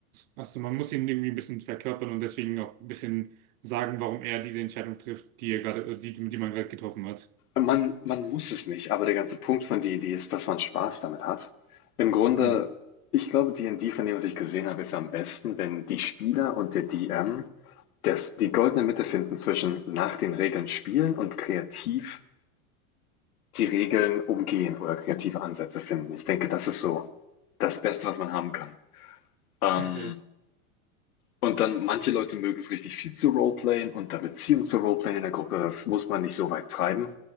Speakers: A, on the right; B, on the left.
A: also man muss ihn irgendwie ein bisschen verkörpern und deswegen auch ein bisschen sagen, warum er diese Entscheidung trifft, die er gerade, die, die man gerade getroffen hat.
B: Man man muss es nicht, aber der ganze Punkt von D&D ist, dass man Spaß damit hat. Im Grunde,
A: Mhm.
B: ich glaube, D&D, von dem, was ich gesehen habe, ist am besten, wenn die Spieler und der DM das die goldene Mitte finden zwischen nach den Regeln spielen und kreativ die Regeln umgehen oder kreative Ansätze finden. Ich denke, das ist so das Beste, was man haben kann. Ähm,
A: Okay.
B: Und dann, manche Leute mögen es richtig viel zu roleplayen und da Beziehung zu roleplayen in der Gruppe, das muss man nicht so weit treiben.